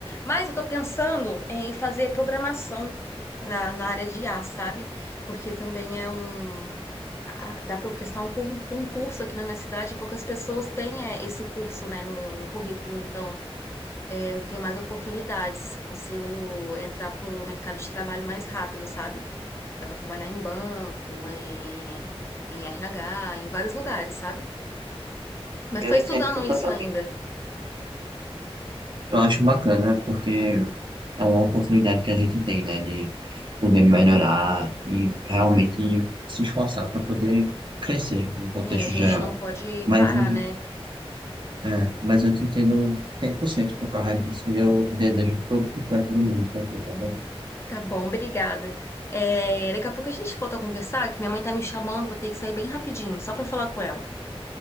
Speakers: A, on the left; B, on the right.
A: Mas eu tô pensando em fazer programação na, na área de IA, sabe? Porque também é um. a- Dá para eu prestar um con- concurso aqui na minha cidade, poucas pessoas têm é, esse curso, né, no, no currículo, então é, eu tenho mais oportunidades, consigo entrar para o mercado de trabalho mais rápido, sabe? Dá pra trabalhar em banco, em, em RH, em vários lugares, sabe? Mas tô
B: Eu
A: estudando
B: entendo completamente.
A: isso ainda.
B: Eu acho bacana, porque é uma oportunidade que a gente tem, né, de poder melhorar e realmente se esforçar para poder crescer no contexto
A: É, a gente
B: geral.
A: não pode
B: Mas,
A: parar,
B: hum,
A: né?
B: é, mas eu te entendo 100% por cento por causa disso e eu desejo todo o sucesso do mundo para tu, tá bom?
A: Tá bom, obrigada. É, daqui a pouco a gente volta a conversar, que minha mãe tá me chamando, vou ter que sair bem rapidinho, só pra falar com ela.